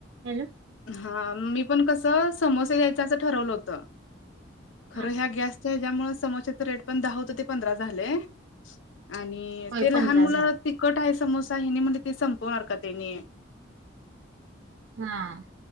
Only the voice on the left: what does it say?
हा मी पण कसं समोसे द्यायच असं ठरवलं होतं, खरं
ह्या गॅस. तेच्या मुळं समोस्याच रेट पण, दहा होतं ते पंधरा झालाय. आणि
ते
लहान मुलाला
तिखट आहे, समोसा हेनी म्हणजे ते संपवणार का त्यांनी.